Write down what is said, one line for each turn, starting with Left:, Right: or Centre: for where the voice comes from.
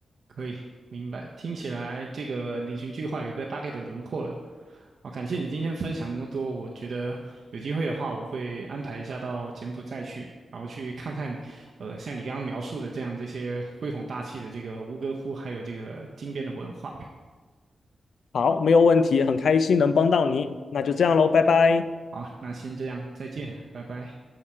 Right: 可以明白。听起来这个旅行计划有个大概的轮廓了。好，感谢你今天分享那么多。我觉得有机会的话，我会安排一下到柬埔寨去，然后去看看，呃，像你刚刚描述的这样这些恢弘大气的这个吴哥窟，还有这个金边的文化。
Left: 好，没有问题，很开心能帮到你，那就这样喽，拜拜。
Right: 好，那先这样，再见，拜拜。